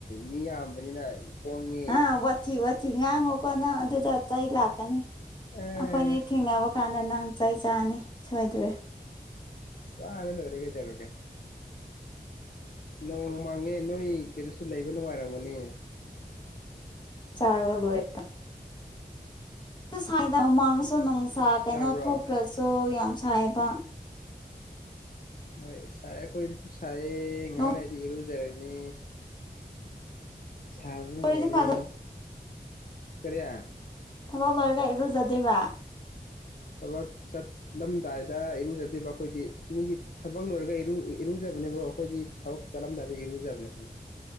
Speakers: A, on the left (about 60°); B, on the left (about 25°).
A: ꯃꯤ ꯌꯥꯝꯕꯅꯤꯅ꯫ ꯄꯣꯡꯉꯦ
B: ꯍꯥ ꯋꯥꯊꯤ
A: ꯁꯁ
B: ꯋꯥꯊꯤ ꯉꯥꯡꯉꯨ꯫ ꯀꯣꯅ ꯑꯗꯨꯗ ꯆꯩ ꯂꯥꯛꯀꯅꯤ ꯑꯩꯈꯣꯏꯅꯤ
A: ꯑꯥ
B: ꯊꯦꯡꯅꯕ ꯀꯥꯟꯗ ꯅꯪ ꯆꯩ ꯆꯥꯅꯤ꯫ ꯁꯣꯏꯗꯔꯦ꯫
A: ꯆꯔꯥ ꯂꯣꯏꯔꯦ ꯀꯩꯗꯧꯔꯒꯦ꯫ ꯅꯣꯡ ꯃꯥꯡꯉꯦ ꯅꯣꯏ ꯀꯩꯗꯨꯁꯨ ꯂꯩꯕ ꯅꯨꯡꯉꯥꯏꯔꯝꯒꯅꯤ꯫
B: ꯆꯥꯒ ꯂꯣꯏ꯫ <unintelligible> ꯁꯥꯏꯗ ꯍꯨꯃꯥꯡꯅꯁꯨ ꯅꯨꯡ ꯁꯥ ꯀꯩꯅꯣ
A: ꯁꯥꯕ꯭ꯔꯣ
B: ꯊꯣꯛꯇ꯭ꯔꯁꯨ ꯌꯥꯝ ꯁꯥꯏꯌꯦꯕ꯫
A: ꯍꯣꯏ ꯁꯥꯏꯌꯦ ꯑꯩꯈꯣꯏꯗꯁꯨ ꯁꯥꯏꯌꯦ ꯉꯥꯡ
B: ꯅꯣꯡ
A: ꯂꯩꯔꯗꯤ ꯏꯔꯨꯖꯔ ꯅꯤ ꯁꯥꯕꯅ
B: ꯆꯨꯔꯗꯤ
A: ꯂꯣꯏꯔꯦ꯫
B: ꯐꯒ
A: ꯀꯔꯤꯌꯥ꯫
B: ꯊꯕꯛ ꯂꯣꯏꯔꯒ ꯏꯔꯨꯖꯗꯣꯏꯕ꯫
A: ꯊꯕꯛ ꯆꯠꯂꯝꯗꯥꯏꯗ ꯏꯔꯨꯖꯗꯣꯏꯕ ꯑꯩꯈꯣꯏꯗꯤ ꯃꯤꯒꯤ ꯊꯕꯛ ꯂꯣꯏꯔꯒ ꯏꯔꯨ ꯏꯔꯨꯖ ꯕꯅꯦꯕ ꯑꯩꯈꯣꯏꯗꯤ ꯊꯕꯛ ꯆꯠꯂꯝꯗꯥꯏꯗ ꯏꯔꯨꯖꯕꯅꯦ ꯑꯩꯈꯣꯏꯗꯤ꯫